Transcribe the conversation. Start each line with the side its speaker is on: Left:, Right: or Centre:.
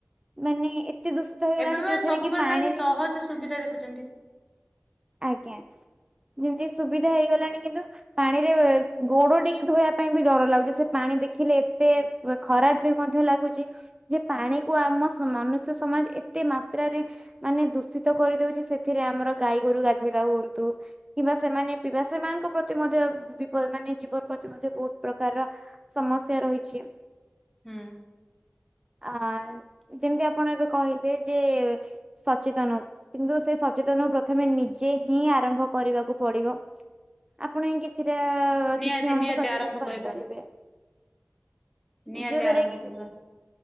Right: ମାନେ ଏତେ ଦୂଷିତ ହେଇଗଲାଣି
Centre: ଏବେ ବା
Right: ଯୋଉଥିରେ
Centre: ସବୁବେଳେ
Right: କି ପାଣି
Centre: ପାଇଁ ସହଜ ସୁବିଧା ଦେଖୁଛନ୍ତି।
Right: ଆଜ୍ଞା ଯେମିତି ସୁବିଧା ହେଇଗଲାଣି କିନ୍ତୁ ପାଣିରେ ଗୋଡ଼ ଟିକେ ଧୋଇବା ପାଇଁ ବି ଡର ଲାଗୁଛି ସେ ପାଣି ଦେଖିଲେ ଏତେ ଖରାପ୍ ବି ମଧ୍ୟ ଲାଗୁଛି ଯେ ପାଣିକୁ ଆମ ମନୁଷ୍ୟ ସମାଜ ଏତେ ମାତ୍ରାରେ ମାନେ ଦୂଷିତ ତ କରିଦଉଛି ସେଥିରେ ଆମର ଗାଈ ଗୋରୁ ଗାଧୋଇବା ହୁଅନ୍ତୁ କିମ୍ବା ସେମାନେ ବିବାସାୟୀ ମାନଙ୍କ ପ୍ରତି ମଧ୍ୟ ବିପଦ ମାନେ ଜୀବନ ପ୍ରତି ମଧ୍ୟ ବହୁତ ପ୍ରକାରର ସମସ୍ୟା ରହିଛି।
Centre: ହୁଁ।
Right: ଆ ଯେମିତି ଆପଣ ଏବେ କହିଲେ ଯେ ସଚେତନ କିନ୍ତୁ ସେ ସଚେତନ ପ୍ରଥମେ ନିଜେ ହିଁ ଆରମ୍ଭ କରିବାକୁ ପଡିବ ଆପଣ କିଛିଟା
Centre: ନିହାତି
Right: କିଛି ଜଣଙ୍କୁ
Centre: ନିହାତି
Right: ସଚେତନ
Centre: ଆରମ୍ଭ
Right: କରିପାରିବେ
Centre: କରିବା ନିହାତି
Right: ଯୋଉ ଦ୍ଵାରା
Centre: ଆରମ୍ଭ
Right: କି
Centre: କରିବା